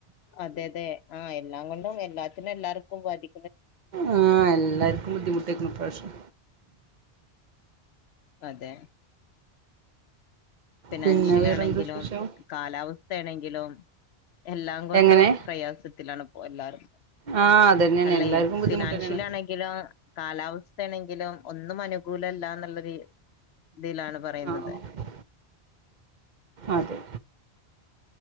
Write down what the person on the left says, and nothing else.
അതെ അതെ ആ എല്ലാം കൊണ്ടും എല്ലാത്തിനും എല്ലാർക്കും ബാധി
അതെ ഫിനാൻഷ്യലി
ആണെങ്കിലും
കാലാവസ്ഥേണെങ്കിലും എല്ലാം കൊണ്ടും
പ്രയാസത്തിലാണ് പ്പൊ എല്ലാരും.
അല്ലെ
ഫിനാൻഷ്യലി
ആണെ ങ്കിലും കാലാവസ്ഥേണെങ്കിലും ഒന്നും അനുകൂലല്ലാ ന്ന്ള്ളൊര് ഇതിലാണ് പറയുന്നത്.